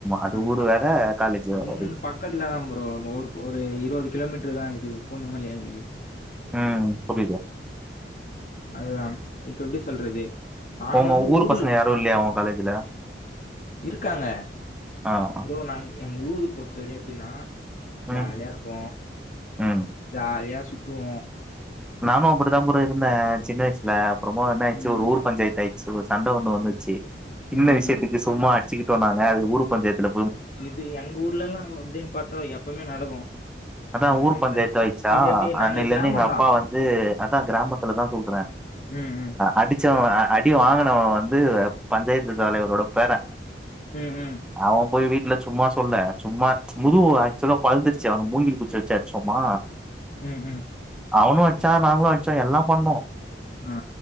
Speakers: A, in the centre; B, on the left (about 45°).
A: அது
B: ஆமா
A: ஊர் வேற காலேஜ் வேற
B: இங்கந்து
A: ரைட்
B: பக்கத்துல தான் ப்ரோ ஒரு ஒரு இருபது கிலோமீட்டரு தான் இது பூந்தமல்லியா எங்களுக்கு
A: உம் புரியுது
B: அதுதான் இப்ப எப்படி சொல்றது நாங்க
A: உங்க
B: வந்து
A: ஊர்
B: ஊர்ல
A: பசங்க யாரும் இல்லையா உங்க காலேஜ்ல
B: இருக்காங்க
A: ஆ ஆ.
B: ப்ரோ நாங்க எங்க ஊருக்கு பொறுத்தவரை எப்படின்னா
A: ம்
B: ஜாலியா இருப்போம்
A: ம்.
B: ஜாலியா சுத்துவோம்
A: நானும் அப்படிதான் ப்ரோ இருந்தேன் சின்ன வயசுல அப்புறமா என்னாச்சு
B: ம்
A: ஒரு ஊர் பஞ்சாயத்து ஆயிச்சி சண்டை ஒன்ணு வந்துச்சு சின்ன
B: ம்
A: விஷயத்துக்கு
B: ம்
A: சும்மா அடிச்சுக்கிட்டு சொன்னாங்க அது ஊரு பஞ்சயத்துல
B: இது எங்க ஊர்ல எல்லாம் அப்படின்னு பார்த்தா எப்பவுமே நடக்கும்
A: அதான்
B: அந்த
A: ஊர்
B: சண்டை
A: பஞ்சாயத்து
B: எல்லாம்
A: ஆயிடுச்சா,
B: இது எப்படி நாங்க
A: அன்னையிலருந்து
B: கிராமம்தான்
A: எங்க அப்பா வந்து அதான் கிராமத்துல தான் சொல்றேன்
B: ம் ம்
A: அடிச்சவன் அடி வாங்கினவ வந்து பஞ்சாயத்து தலைவரோட பேரன்
B: ம் ம்
A: அவன் போய் வி இல்ல சும்மா சொல்ல சும்மா
B: ம்
A: முது ஆசுலா பழுந்துடுச்சு அவன் மூங்கில் குச்சி வச்சி அச்சோமா
B: உம் உம்
A: அவனு அடிச்சா நாங்களு அடுச்சோ எல்லாம் பண்ணோ
B: ஆ